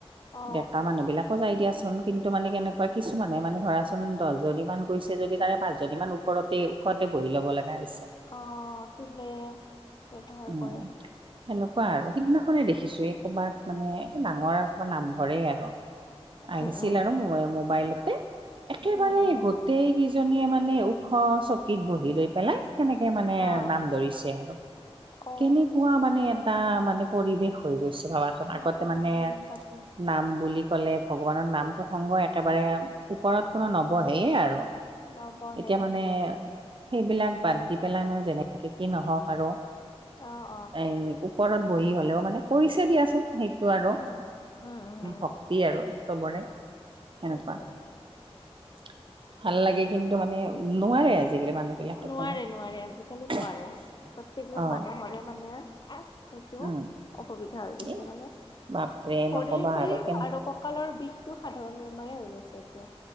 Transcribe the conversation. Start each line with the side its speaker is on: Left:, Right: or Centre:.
Left: অ
Right: ডেকা মানুহবিলাকো যায় দিয়াচোন কিন্তু মানে কেনে বা কিছুমানে মানে ধৰাচোন দহজনী মান গৈছে যদি তাৰে পাঁচ জনী মান ওপৰতে ওখতে বহি ল'ব লগা হৈছে।
Left: অঁহ তোলে। ব্যৱহাৰ
Right: উম
Left: কৰে
Right: সেনেকুৱা
Left: উম
Right: আৰু সিদিনা কোনে দেখিছোয়ে ক'ৰবাত মানে এইটো ডাঙৰমান নামঘৰে আৰু। আহিছিল
Left: উম
Right: আৰু মোবা - মোবাইলতে। একেবাৰে
Left: উম উম
Right: গোটেই কেইজনীয়ে মানে ওখ চকীত বহি লৈ পেলাই। সেনেকে মানে
Left: অ
Right: নাম ধৰিছে আৰু।
Left: অ
Right: কেনেকুৱা মানে এটা মানে পৰিৱেশ হৈ গৈছে ভাবাচোন? আগতে
Left: উম উম
Right: মানে
Left: উম তাকে
Right: নাম বুলি ক'লে ভগৱানৰ নাম প্ৰসংগ একেবাৰে ওপৰত কোনো নবহেয়ে আৰু।
Left: নবহে
Right: এতিয়া
Left: তাকে
Right: মানে সেইবিলাক বাদ দি পেলাই মানে যেনেকে কি নহওক আৰু
Left: অঁহ।
Right: এই ওপৰত বহি হ'লেও মানে। কৰিছে দিয়াচোন সেইটো আৰু
Left: উম উম উম উম
Right: ভক্তি আৰু চবৰে। সেনেকুৱা
Left: উপৰত পৰা।
Right: <unintelligible> ভাল লাগে কিন্তু মানে নোৱাৰে আজিকালি মানুহ বিলাকে
Left: নোৱাৰে
Right: কোনো।
Left: নোৱাৰে আজিকালি
Right: <unintelligible>
Left: নোৱাৰে প্ৰত্যেকজন
Right: অ',
Left: মানুহৰে মানে সেইটো
Right: উম,
Left: অসুবিধা হৈ গৈছে
Right: এই
Left: মানে।
Right: বাপৰে
Left: শৰীৰ
Right: নকবা
Left: বিষ
Right: কেন
Left: আৰু কঁকালৰ বিষটো সাধাৰণ বেমাৰে হৈ গৈছে এতিয়া।